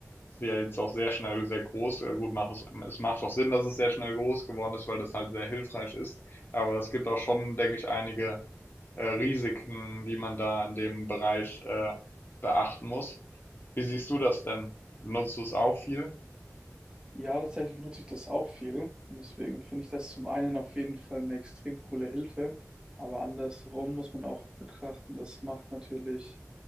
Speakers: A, on the left (about 40°); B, on the right (about 15°).
A: es ja jetzt auch sehr schnell sehr groß, äh, gut macht es, es macht auch Sinn, dass es sehr schnell groß geworden ist, weil das halt sehr hilfreich ist. Aber es gibt auch schon, denke ich, einige äh, Risiken, die man da in dem Bereich äh, beachten muss. Wie siehst du das denn? Benutzt du es auch viel?
B: Ja, tatsächlich nutze ich das auch viel. Und deswegen finde ich das zum einen auf jeden Fall eine extrem coole Hilfe. Aber andersrum muss man auch betrachten, das macht natürlich